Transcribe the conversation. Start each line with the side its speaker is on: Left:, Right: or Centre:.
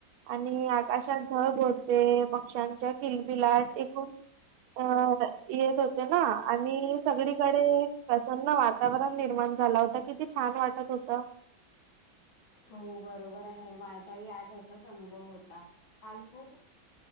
Right: आणि आकाशात ढब होते पक्ष्यांच्या किलबिलात एकूण अ येत होते ना आणि सगळीकडे प्रसन्न वातावरण निर्माण झाला होता किती छान वाटत होत
Left: ह हो बरोबर आहे माझाही आत असाच अनुभव होता काल खूप